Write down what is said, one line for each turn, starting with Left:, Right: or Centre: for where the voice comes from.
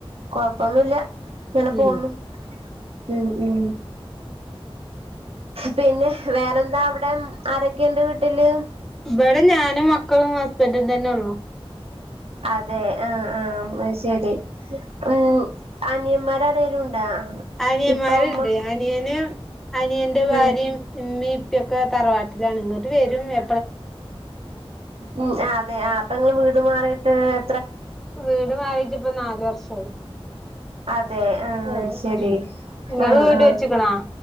Right: കൊഴപ്പൊന്നുല്ല ഇങ്ങനെ
Centre: ഉം
Right: പോണു ഉം ഉം പിന്നെ വേറെന്താ അവിടെ ആരൊക്കെയുണ്ട് വീട്ടില്
Centre: ഇവിടെ ഞാനും മക്കളും ഹസ്ബൻഡും തന്നെ ഒള്ളോ
Right: അതെ ആ ആ എന്നാ ശരി ഉം അനിയന്മാര് ആരെലും ഉണ്ടാ
Centre: അനിയന്മാരുണ്ട്
Right: ഇപ്പ ഉമ്മ
Centre: അനിയന് അനിയന്റെ ഭാര്യയും
Right: ഉം
Centre: ഉമ്മീം ഉപ്പ ഒക്കെ തറവാട്ടിലാണ് ഇങ്ങോട്ട് വരും എ
Right: ഉം അതെ ആ അപ്പോ നിങ്ങള് വീട് മാറിയിട്ട് എ
Centre: വീട് മാറിട്ട് ഇപ്പ നാലു വർഷായി
Right: അതെ ആ
Centre: അതെ
Right: ശരി
Centre: ഉം ഇങ്ങള്
Right: ഉം
Centre: വീട്
Right: ഉം
Centre: വെച്ച്ക്ക്ണോ